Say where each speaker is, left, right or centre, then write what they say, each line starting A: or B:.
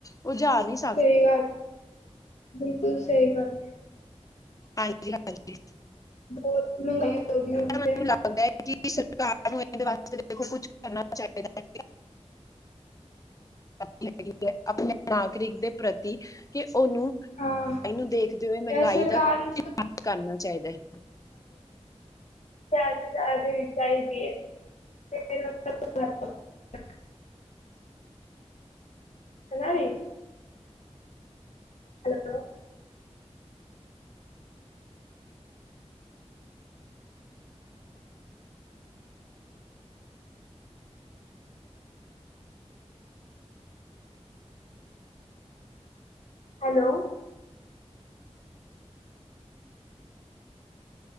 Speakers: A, on the left (about 30°); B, on the left (about 80°).
A: ਉਹ ਜਾ ਨਹੀਂ ਸੀ
B: ਸਹੀ ਗੱਲ ਬਿਲਕੁਲ ਸਹੀ ਗੱਲ ਹੈ।
A: ਹਾਂਜੀ-ਹਾਂਜੀ,
B: ਬਹੁਤ ਮਹਿੰਗਾਈ ਹੋ ਗਈ ਹੁਣ
A: ਮੈਨੂੰ
B: ਤੇ।
A: ਲੱਗਦਾ ਕਿ ਸਰਕਾਰ ਨੂੰ ਇਹਦੇ ਵਾਸਤੇ ਦੇਖੋ ਕੁਛ ਕਰਨਾ ਚਾਹੀਦਾ ਹੈ। ਹੈਗੀ ਹੈ ਆਪਣੇ ਨਾਗਰਿਕ ਦੇ ਪ੍ਰਤੀ ਕਿ ਉਹਨੂੰ।
B: ਹਾਂ
A: ਇਹਨੂੰ ਦੇਖਦੇ ਹੋਏ ਮਹਿੰਗਾਈ
B: ਯਾਰ ਸਰਕਾਰ
A: ਦਾ ਕਿਆ
B: ਨੂੰ
A: ਚਾਹੀਦਾ ਹੈ।
B: ਚਲਦੇ ਚਲਦੇ ਚਾਹੀਦੀ ਹੈ। ਫਿਰ ਮਤਲਬ ਵੱਧ ਹੈ।
A: <inaudible>
B: ਹਨਾ ਵੀ। Hello. Hello.